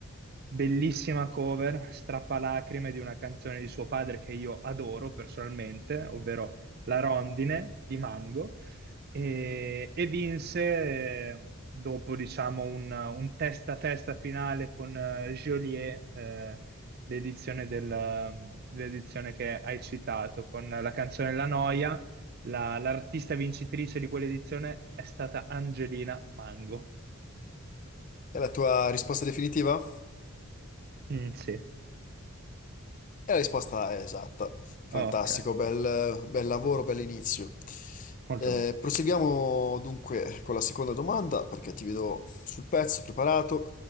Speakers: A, on the right; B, on the left.
A: Bellissima cover, strappalacrime di una canzone di suo padre che io adoro personalmente, ovvero La Rondine di Mango, e, e vinse eh, dopo, diciamo, un, un testa a testa finale con eh, Joliet, eh, l'edizione del- l'edizione che hai citato, con la canzone La Noia, La- l'artista vincitrice di quell'edizione è stata Angelina Mango.
B: È la tua risposta definitiva?
A: Mm, sì,
B: E la risposta è esatta. Fantastico,
A: ok,
B: bel, bel lavoro, bell'inizio.
A: molto
B: Eh,
A: bene,
B: proseguiamo dunque con la seconda domanda, perché ti vedo sul pezzo, preparato.